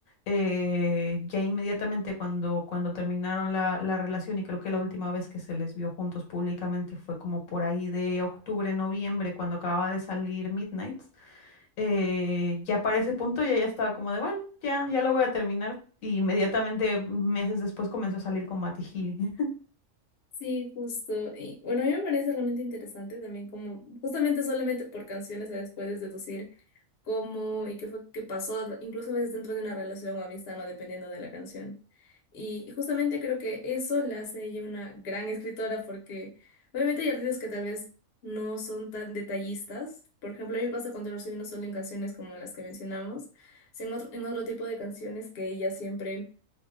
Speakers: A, on the left; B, on the left.
A: eh, ya inmediatamente cuando, cuando terminaron la, la relación, y creo que la última vez que se les vio juntos públicamente fue como por ahí de octubre, noviembre, cuando acababa de salir Midnight eh, ya para ese punto ya ya estaba como de, bueno, ya, ya lo voy a terminar. Y inmediatamente, meses después, comenzó a salir con Matty Healy. <laughs>
B: Sí, justo. Y bueno, a mí me parece realmente interesante también como, justamente solamente por canciones, ¿sabes? Puedes deducir cómo y qué fue que pasó, incluso a veces dentro de una relación o amistad, no dependiendo de la canción. Y justamente creo que eso la hace ella una gran escritora porque obviamente hay artistas que tal vez no son tan detallistas. Por ejemplo, a mí me pasa con Taylor Swift no solo en canciones como las que mencionamos, sino en otro, en otro tipo de canciones que ella siempre